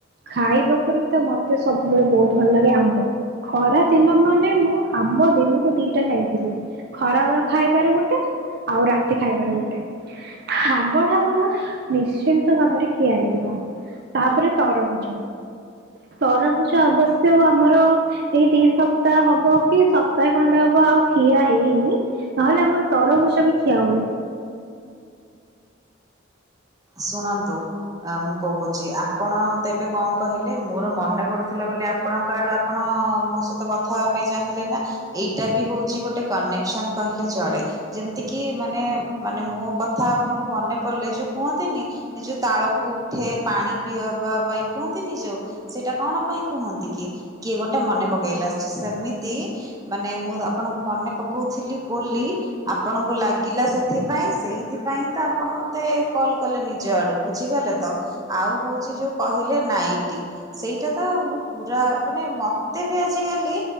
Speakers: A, on the right; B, on the right.
A: ଖାଇବା ବିତ ମତେ ସବୁବେଳେ ବୋହୁତ ଭଲ ଲାଗେ ଆମ୍ବ ଖରାଦିନ ମାନେ ମୁଁ ଆମ୍ବ ଦିନକୁ ଦିଟା ଖାଇଥିବି ଖରାବେଳ ଖାଇବାରେ ଗୋଟେ ଆଉ ରାତି ଖାଇବାରେ ଗୋଟେ ଆମ୍ବଟା ମୋର ନିଶ୍ଚିନ୍ତ ଭାବରେ ଖିଆ ହେଇଥିବ ତାପରେ ତରଭୁଜ। ତରଭୁଜ ଅବଶ୍ୟ ଆମର ଏଇ ଦି ସପ୍ତାହ ହବ କି ସପ୍ତାହେ ଖଣ୍ଡେ ହବ ଆଉ ଖିଆ ହେଇନି ନହେଲେ ଆମର ତରଭୁଜ ବି ଖିଆହୁଏ।
B: ଶୁଣନ୍ତୁ ଆ ମୁଁ କୋହୁଚି ଆପଣ ମତେ ଏବେ କଣ କହିଲେ ମୋର ମନେ ପଡୁଥିଲା ବୋଲି ଆପଣଙ୍କ ଆଡୁ ଆପଣ ମୋ ସହିତ କଥା ହେବା ପାଇଁ ଚାହିଁଲେ ନା ଏଇଟା ବି ହୋଉଚି ଗୋଟେ କନେକ୍ସନ କହିଲେ ଚଳେ ଯେମତି କିି ମାନେ ମାନେ ମୋ କଥା ଆପଣଙ୍କୁ ମନେ ପଡିଲେ ଯୋଉ କୁହ ନ୍ତିନି ଏ ଯୋଉ ତାଳକୁ ଉଠେ ପାଣି ପିଅବା ପାଇଁ କୁହନ୍ତିନି ଯୋଉ ସେଇଟା କଣ ପାଇଁ କୁହନ୍ତି କି କିଏ ଗୋଟେ ମନେ ପକେଇଲା ସ୍ ସେମି ତି ମାନେ ମୋର ଆପଣଙ୍କୁ ମନେ ପକୋଉଥିଲି ବୋଲି ଆପଣଙ୍କୁ ଲାଗିଲା ସେଥିପାଇଁ ସେଇଥିପାଇଁ ତ ଆ ଆପଣ ମତେ କଲ କଲେ ନିଜ ଆଡୁ ବୁଝିଗଲେ ତ ଆଉ ହୋଉଚି ଯୋଉ କହିଲେ ନାଇଟି ସେଇଟା ତ ମୁଁ ପୁରା ମାନେ ମତେ ବି ଆଜିିକାଲି